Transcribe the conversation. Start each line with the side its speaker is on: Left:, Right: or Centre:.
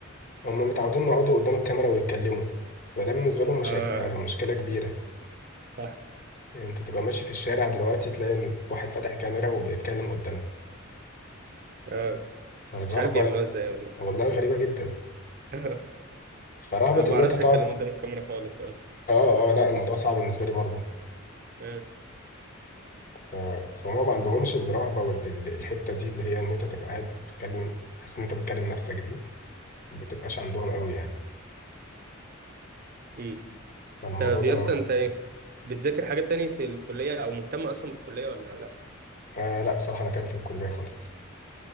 Left: هم متعودين يقعدوا قدام الكاميرا ويتكلموا فده بالنسبة لهم مش
Right: اه
Left: هيبقى مشكلة كبيرة
Right: صح
Left: يعني انت تبقى ماشي في الشارع دلوقتي تلاقي إن واحد فاتح كاميرا وبيتكلم قدامه
Right: اه
Left: فالرهبة
Right: مش عارف بيعملوها ازاي والله
Left: والله غريبة جدا
Right: <laughs>
Left: فرهبة
Right: أنا ما
Left: إن
Right: بعرفش
Left: أنت تقعد
Right: اتكلم قدام الكاميرا خالص اه
Left: آه آه لا الموضوع صعب بالنسبة لي برضه
Right: آه.
Left: ف- فهما ما عندهمش الرهبة والحتة دي اللي هي إن أنت تبقى قاعد تتكلم تحس إن أنت بتكلم نفسك دي ما بتبقاش عندهم قوي يعني
Right: إمم.
Left: فالموضوع
Right: طب
Left: ده
Right: يا اسطى انت ايه بتذاكر حاجة تاني في الكلية او مهتم اصلا بالكلية ولا لا
Left: آه لا بصراحة أنا كارف للكلية خالص